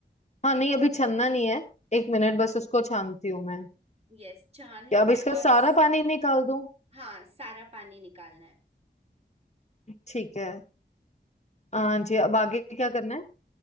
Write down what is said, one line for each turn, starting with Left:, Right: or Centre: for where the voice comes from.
Left: हाँ नहीं अभी छनना नहीं है एक मिनट बस उसको छानती हूँ मैं
Right: यस छान
Left: क्या
Right: लो
Left: अब इसका
Right: बिकॉज
Left: सारा पानी निकाल दूँ
Right: हाँ सारा पानी निकालना है
Left: ठीक है हाँ जी अब आगे क्या करना है